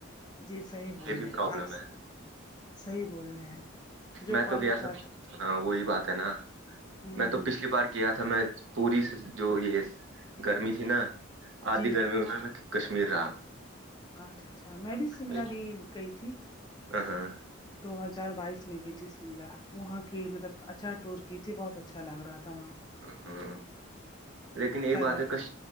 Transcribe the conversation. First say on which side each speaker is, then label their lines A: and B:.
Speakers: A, on the left; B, on the right.
A: جی صحیح بول
B: یہ بھی
A: رہے ہیں
B: پرابلم
A: آپ
B: ہے
A: صحیح بول رہے ہیں جو
B: میں
A: کالج
B: تو گیا تھا
A: جاتا
B: ہاں وہی بات ہے نا
A: ہوں
B: میں تو
A: ہ
B: پچھلی بار گیا تھا میں پوری جو یے گرمی تھی نا آدھی
A: جی
B: گرمیوں میں کشمیر رہا
A: اچھا اچھا میں بھی شملا
B: ہاں
A: گی گئی تھی
B: ہ
A: دو ہزار بائیس میں گی تھی شملا وہاں کی مطلب اچھا ٹور کی تھی بہت اچھا لگ رہا تھا وہاں
B: ہ لیکن ایک
A: پروت
B: بات ہے کش